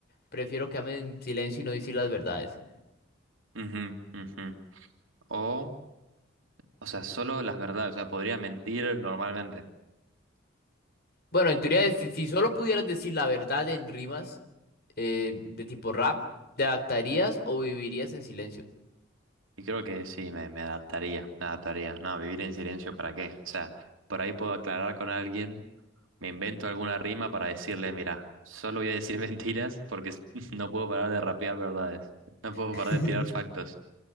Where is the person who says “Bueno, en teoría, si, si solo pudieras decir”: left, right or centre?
Left